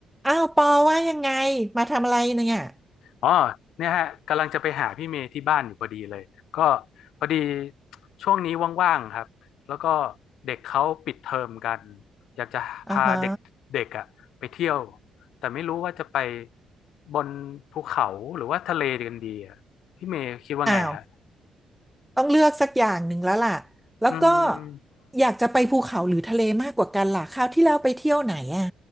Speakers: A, in the centre; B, on the left (about 80°).
A: อ้าวปอว่ายังไงมาทำอะไรเนี่ย
B: อ๋อเนี่ยฮะกำลังจะไปหาพี่เมย์ที่บ้านอยู่พอดีเลยก็พอดีช่วงนี้ว่างๆครับแล้วก็เด็กเขาปิดเทอมกันอยากจะพาเด็กเด็กอะไปเที่ยว
A: อ่าฮะ
B: แต่ไม่รู้ว่าจะไปบนภูเขาหรือว่าทะเลกันดีอะพี่เมย์คิดว่าไงฮะ
A: อ้าวต้องเลือกสักอย่างหนึ่งแล้วล่ะแล้วก็
B: อืม
A: อยากจะไปภูเขาหรือทะเลมากกว่ากันล่ะคราวที่แล้วไปเที่ยวไหนอ่ะ